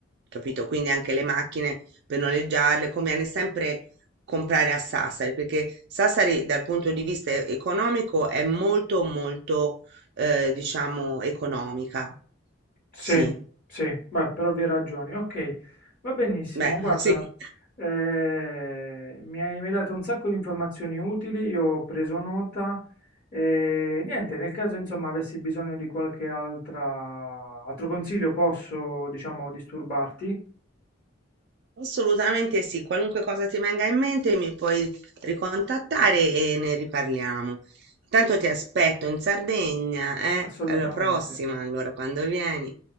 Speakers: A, on the right; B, on the left.
A: capito? Quindi anche le macchine per noleggiarle conviene sempre comprare a Sassari, perché Sassari dal punto di vista e- economico è molto molto eh, diciamo economica.
B: Sì,
A: Sì,
B: sì, beh, per ovvie ragioni. Ok, va benissimo.
A: beh,
B: Guarda,
A: <laughs> sì.
B: eh, mi hai, mi hai dato un sacco di informazioni utili, io ho preso nota. E niente, nel caso insomma avessi bisogno di qualche altra, altro consiglio, posso, diciamo, disturbarti?
A: Assolutamente sì, qualunque cosa ti venga in mente mi puoi ricontattare e ne riparliamo. Intanto ti aspetto in Sardegna, eh?
B: Assolutamente.
A: Alla prossima, allora, quando vieni.